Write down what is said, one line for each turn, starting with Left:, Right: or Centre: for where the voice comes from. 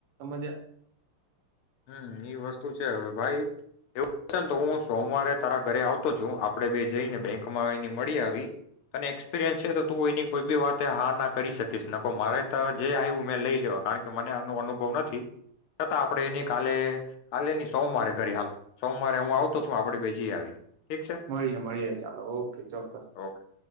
Right: સમજ
Left: હમ એ વસ્તુ છે. હવે, ભાઈ એવું છે, ને તો હું સોમવારે તારા ઘરે આવતો છું. આપડે બે જઈને બેંકમાં એની મળી આવી અનેને એક્સપિરિયન્સ છે. તો તું એની કોઈ બી વાત હા ના કરી શકીશ નખ મારે તો જે આવ્યું. મેં લઈ લેવા કારણ કે, મને આનો અનુભવ નથી છતાં, આપણે એની કાલે કાલે ની સોમવારે કરી, હાલ સોમવારે. મારે હું આવતો છું. આપે બીજી આવી. ઠીક છે
Right: મળીએે મળીએ. ચાલો, ઓકે ચોક્કસ.
Left: ઓકે ઠીક